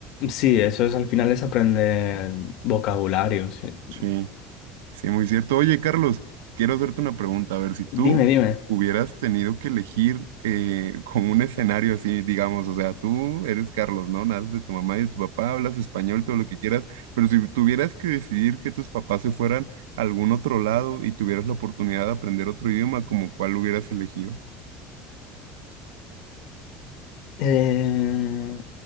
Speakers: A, on the left (about 65°); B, on the right (about 85°).
A: Sí, eso es al final es aprender vocabulario. sí.
B: Sí, sí, muy cierto. Oye, Carlos, quiero hacerte una pregunta. A ver, si tú
A: Dime, dime.
B: hubieras tenido que elegir eh, como un escenario así, digamos, o sea, tú eres Carlos, ¿no? Naces de tu mamá y de tu papá, hablas español, todo lo que quieras, pero si tuvieras que decidir que tus papás se fueran a algún otro lado y tuvieras la oportunidad de aprender otro idioma, ¿como cuál hubieras elegido?
A: Eh,